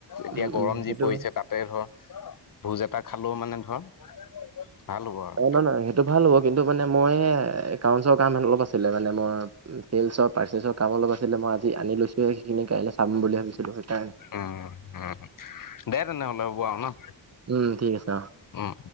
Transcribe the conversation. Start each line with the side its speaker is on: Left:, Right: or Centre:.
Left: এতিয়া
Right: উম,
Left: গৰম
Right: উম, সেইটো
Left: যি পৰিছে তাতে ধৰ ভোজ এটা খালোও মানে ধৰ ভাল হ'ব আৰু
Right: অ নহয় নহয় সেইটো ভাল হ'ব কিন্তু মানে মই একাউন্টছৰ কাম অলপ আছে ছিল মানে মৰ পাৰ্চছৰ কাম অলপ আছিলে মই আজি আনি লৈছো সেইখিনি কাই চাম বুলি ভাবি <unintelligible>
Left: উম উম দে তেনেহ'লে হ'ব আৰু ন
Right: উম ঠিক আছে অ
Left: উম